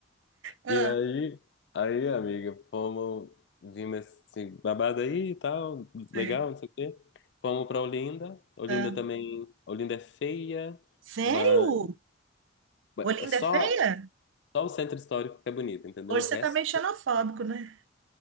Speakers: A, on the right (about 85°); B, on the left (about 60°).
A: ah,
B: E aí, aí, amiga, fomos, vimos esse babado aí e tal, legal,
A: sei.
B: não sei o quê. Fomos pra Olinda. Olinda
A: Ah.
B: também, Olinda é feia,
A: Sério?
B: mas
A: Olinda
B: é só,
A: é feia?
B: só o centro histórico que é bonito, entendeu?
A: Hoje
B: O resto,
A: você tá meio xenofóbico, né?